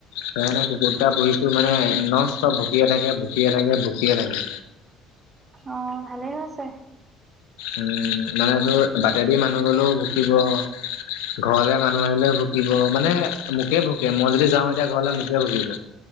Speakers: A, on the left; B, on the right.
A: সেইকাৰণে কুকুৰতটা পুহিছো মানে নচটব ভকিয়ে থাকে ভুকিয়ে থাকে ভকিয়ে থাকে।
B: অঁ ভালে হৈছে।
A: উমঁ মানে তোৰ বাটেদি মানুহ গলেও ভুকিব। ঘৰলে মানুহ আহিলেও ভুকিব মানে মোকে ভুকে মই যদি যাও এতিয়া ঘৰলে মোকে ভুকিব।